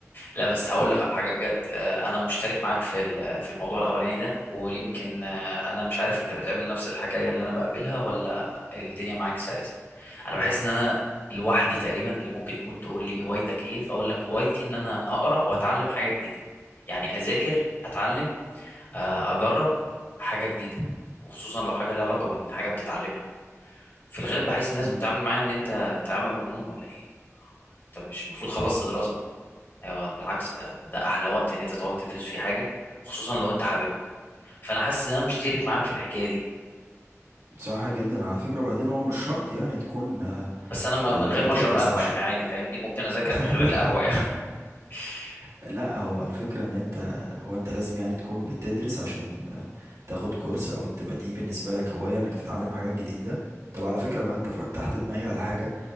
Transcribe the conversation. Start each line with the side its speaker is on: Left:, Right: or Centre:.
Left: لا بس هقول لك على حاجه بجد آه، انا مشترك معاك في ال- في الموضوع الاولاني ده ويمكن آه، انا مش عارف انت بتقابل نفس الحكايه اللي انا بقابلها ولا الدنيا معاك سلسه انا بحس ان انا لوحدي تقريبا اللي ممكن يكون تقول لي هوايتك ايه فاقول لك هوايتي ان انا اقرا واتعلم حاجه جديده يعني اذاكر اتعلم آه، اجرب حاجه جديده وخصوصا لو حاجه ليها علاقه بحاجه بتتعلمها في الغالب بحس الناس
Right: <laughs>
Left: بتتعامل معايا ان انت انت يا عم مجنون ولا ايه انت مش المفروض خلصت دراسه ايوه بالعكس ده, ده, ده احلى وقت ان انت تقعد
Right: مم.
Left: تدرس فيه حاجه خصوصا لو انت حاببها فانا حاسس ان انا مشترك معاك في الحكايه دي
Right: صح جدا على فكرة وبعدين هو مش شرط يعني تكون آه،
Left: بس انا ما-
Right: آه،
Left: من غير
Right: بتدرس
Left: ما اشرب قهوه
Right: عشان
Left: يعني عادي فاهمني ممكن اذاكر
Right: <laughs>
Left: من غير القهوه يعني <laughs>
Right: لا هو الفكرة ان انت هو انت لازم يعني تكون بتدرس عشان آه، تاخد كورس او تبقى دي بالنسبة لك هواية انك تتعلم حاجات جديدة طب على فكرة بقى انت فتحت دماغي على حاجة